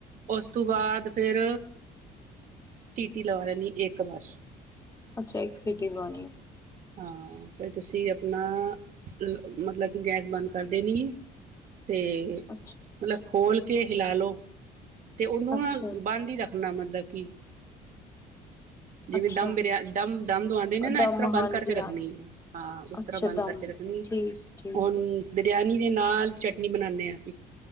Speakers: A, on the right (about 50°); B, on the left (about 20°).
A: ਉਸ ਤੋਂ ਬਾਅਦ ਫਿਰ ਸੀਟੀ ਲਵਾ ਲੈਂਣੀ ਇੱਕ ਬਸ
B: ਅੱਛਾ ਇੱਕ ਸਿਟੀ ਦਵਾਨੀ ਹੈ
A: ਹਾਂ ਫਿਰ ਤੁਸੀ ਆਪਣਾ ਲ ਮਤਲਬ ਕਿ ਗੈਸ ਬੰਦ ਕਰਦੇ ਨੀ ਤੇ
B: ਅੱਛ
A: ਮਤਲਬ ਖੋਲ੍ਹ ਕੇ ਹਿਲਾ ਲਓ ਤੇ ਉਹਨੂੰ
B: ਅੱਛਾ
A: ਅ ਬੰਦ ਹੀ ਰੱਖ ਰਣਾ ਮਤਲਬ ਕਿ ਜਿਵੇਂ
B: ਅੱਛਾ
A: ਦਮ ਬਿਰਿਆ ਦਮ ਦਮ ਦਵਾਉਂਦੇ ਨੇ ਨਾ
B: ਦਮ
A: ਇਸ ਤਰ੍ਹਾਂ ਬੰਦ
B: ਹਾਂਜੀ
A: ਕਰਕੇ ਰੱਖਣੀ
B: ਹਾਂ
A: ਹੈ ਹਾਂ ਉਸ
B: ਅੱਛਾ
A: ਤਰ੍ਹਾਂ ਬੰਦ
B: ਦਮ
A: ਕਰਕੇ ਰੱਖਣੀ ਹੈ
B: ਠੀਕ ਠੀਕ
A: ਹੁਣ
B: ਹੈ
A: ਇਨੀ ਦੇ ਨਾਲ ਚਟਨੀ ਬਣਾਉਨੇ ਹਾਂ ਅਸੀ